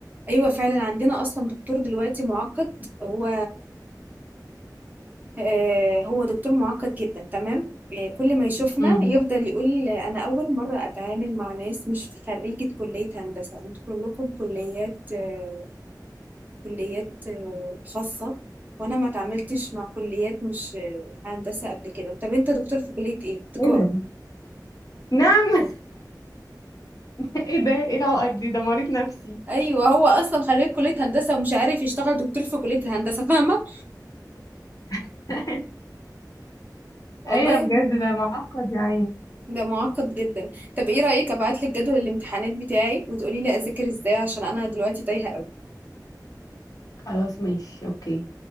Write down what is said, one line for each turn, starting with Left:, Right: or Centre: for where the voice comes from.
Right: ايوه فعلا عندنا اصلا دكتور دلوقتي معقد هو آآ هو دكتور مُعقّد جدًا تمام، آآ كل ما يشوفنا
Left: امم
Right: يفضل يقول آه، أنا أول مرّة أتعامل مع ناس مش خرّيجة كُلّية هندسة، أنتم كلّكم كُلّيات آه، كُلّيات آه، خاصة وأنا ما اتعاملتش مع كُلّيات مش آه، هندسة قبل كده، طَب أنت دكتور في كُلّية إيه؟ تجارة،
Left: ايه ده؟ نعم <laughs> ايه ده ايه العقد دي ده مريض نفسي
Right: أيوه هو أصلًا خرّيج كُلّية هندسة ومش عارف يشتغل دكتور في كُلّية الهندسة فاهمة،
Left: <laughs>
Right: والله
Left: ايوه بجد
Right: ب
Left: ده معقد يا عيني
Right: ده مُعقّد جدًا، طَب إيه رأيِك أبعت لِك جدول الامتحانات بتاعي وتقولي لي أذاكر إزاي عشان أنا دلوقتي تايهة أوي.
Left: خلاص ماشي اوكي